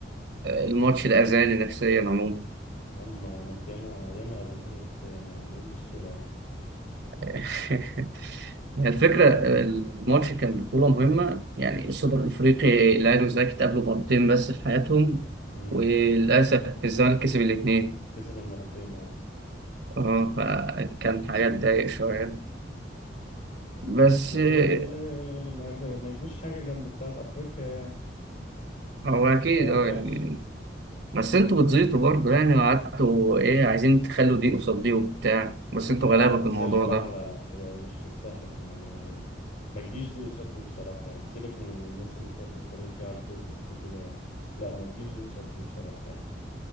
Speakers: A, on the right; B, on the left.
A: الماتش ده أذاني نفسيا عموما
B: يا عم ما انت ياما ياما اذيتونا نفسيا يا عم ايه المشكلة يعني
A: <laughs> الفكرة الماتش كان بطولة مهمة يعني السوبر الأفريقي الأهلي والزمالك اتقابلوا مرتين بس في حياتهم
B: <laughs> امم
A: وللأسف الزمالك كسب الاتنين
B: كسب المرتين اه
A: اه فكان حاجة تضايق شوية بس
B: بس يعني
A: آه،
B: ما ما يجوش حاجة جنب بتاعت افريقيا يعني
A: هو أكيد
B: بتاعت
A: اه
B: قفش
A: يعني بس انتوا بتزيطوا برضه يعني وقعدتوا ايه عايزين تخلوا دي قصاد دي وبتاع بس انتوا
B: لا
A: غلابة
B: لا بس
A: في الموضوع
B: هي بصراحة
A: ده
B: لا لا هي مش مستاهلة في الموضوع يعني ما تجيش دي قصاد دي بصراحة يعني سيبك من اللي الناس اللي بتقعد تتكلم فيها على الفيسبوك وكده لا ما تجيش دي قصاد دي بصراحة يعني